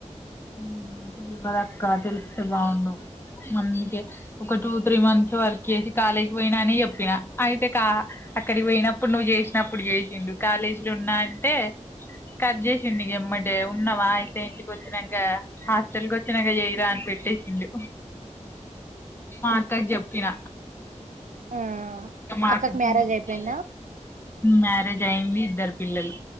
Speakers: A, on the left; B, on the right.
A: ఉమ్ తెల్వదు అక్క తెలిస్తే బావున్ను అందుకే ఒక టూ త్రీ మంత్స్ వర్క్ చేసి కాలేజీకి పోయినాని చెప్పిన. అయితే కా అక్కడికి పోయినప్పుడు నువ్వు చేసినప్పుడు చేసిడు. కాలేజీ లో ఉన్నా అంటే కట్ చేసిండు ఈగ ఎమ్మటే, ఉన్నావా అయితే ఇంటికి వచ్చినా హాస్టల్ క వచ్చినాక చేయరా అని పెట్టేసిండు, మా అక్కక్ చేప్పు చెప్పిన
B: ఆ
A: మా మా
B: అక్కకు
A: అక్క తోని
B: మ్యారేజ్
A: చెప్తే
B: అయిపోయిందా
A: మ్యారేజ్ అయియంది, ఇద్దరు పిల్లలు,